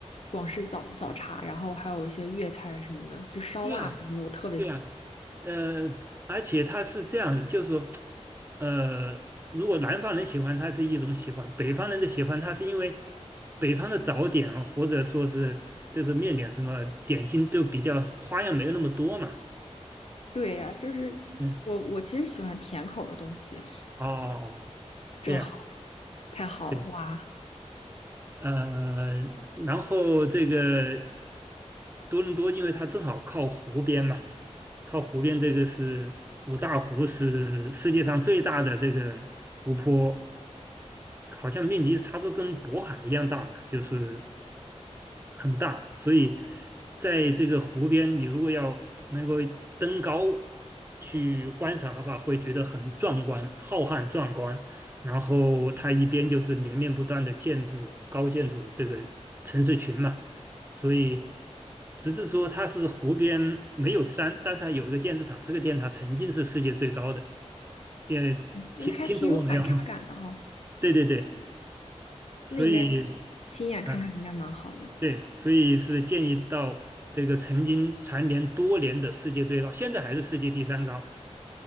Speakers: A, on the left (about 60°); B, on the right (about 20°).
A: 广式早早茶，然后还有一些粤菜什么的，就烧腊什么的，
B: 对呀、
A: 我特别喜欢。
B: 对啊，呃，而且它是这样的就是说，呃，如果南方人喜欢它是一种喜欢，北方人的喜欢它是因为北方的早点或者说是就是面点什么点心就比较花样没有那么多嘛。
A: 对呀，就是我我其实喜欢甜口儿的东西，
B: 嗯，哦，
A: 正好，
B: 对呀，
A: 太好了，
B: 对，
A: 哇，
B: 呃，然后这个多伦多，因为它正好靠湖边嘛，靠湖边这个是五大湖是世界上最大的这个湖泊。好像面积差不多跟渤海一样大了，就是很大，所以在这个湖边，你如果要能够登高去观赏的话，会觉得很壮观、浩瀚壮观。然后它一边就是连绵不断的建筑、高建筑这个城市群嘛，所以只是说它是湖边没有山，但是它有一个电视塔，这个电视塔曾经是世界最高的。电听听说过没有？
A: 那还挺有反差感的哈、
B: <laughs> 对对对，所以。
A: 那应该亲眼看看应该蛮好的。
B: 啊。对，所以是建议到这个曾经蝉联多年的世界最高，现在还是世界第三高。